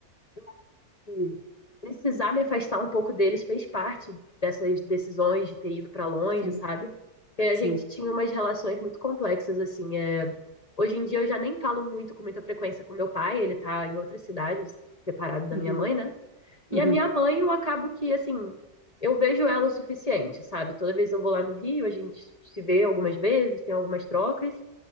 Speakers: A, on the left (about 30°); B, on the right (about 15°).
A: eu acho que precisar me afastar um pouco deles fez parte dessas decisões de ter ido para longe,
B: sim,
A: sabe? Porque a
B: sim.
A: gente tinha umas relações muito complexas, assim. É... Hoje em dia eu já nem falo muito com muita frequência com meu pai, ele tá em outra cidade, separado da
B: Uhum,
A: minha mãe, né? E
B: uhum,
A: a minha mãe, eu acabo que, assim, eu vejo ela o suficiente, sabe? Toda vez eu vou lá no Rio, a gente se vê algumas vezes, tem algumas trocas,